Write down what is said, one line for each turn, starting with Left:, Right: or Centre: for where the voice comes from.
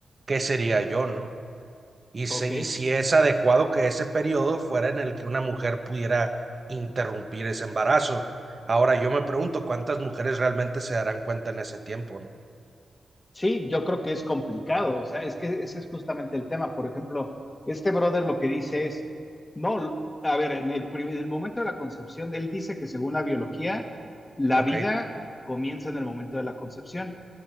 Right: ¿qué sería yo, no? Y,
Left: Ok,
Right: se- y si es adecuado que ese periodo fuera en el que una mujer pudiera interrumpir ese embarazo. Ahora yo me pregunto cuántas mujeres realmente se darán cuenta en ese tiempo, ¿no?
Left: sí, yo creo que es complicado, o sea, es que ese es justamente el tema. Por ejemplo, este brother lo que dice es, no, a ver, en el, en el momento de la concepción, él dice que según la biología, la
Right: Ok,
Left: vida comienza en el momento de la concepción.